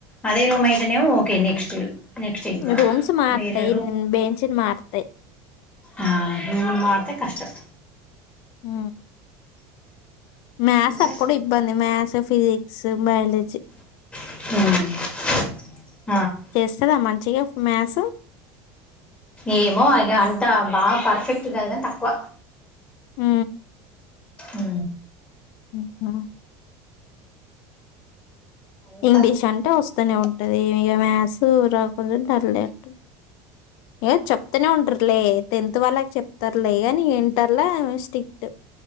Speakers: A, on the left; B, on the left.
A: అదే రూమ్ అయితే నేమో okay next next exam
B: rooms మారుతాయి
A: వేరే
B: బెంచీలు మారుతాయి
A: ఆ రూమ్ మారితే కష్టం
B: ఉ మ్యాథ్స్
A: ఇంకా
B: అప్పుడు ఇబ్బంది మ్యాథ్స్ ఫిజిక్స్ బయాలజీ
A: హు
B: చేస్తదా మంచిగా మ్యాథ్స్
A: ఏమో ఇగ అంత బాగా పర్ఫెక్ట్ కాదు కాని తక్కువ
B: ఉ
A: ఉ
B: ఉహు
A: ఇంకా
B: ఇంగ్లీష్ అంటే వస్తుంది వస్తానే ఉంటది ఇక మ్యాథ్స్ రాకున్న పర్లేట్ ఏ చెప్తూనే ఉంటారు లే టెన్త్ వాళ్ళకి చెప్తారులే గాని ఇంటర్లో స్ట్రిక్ట్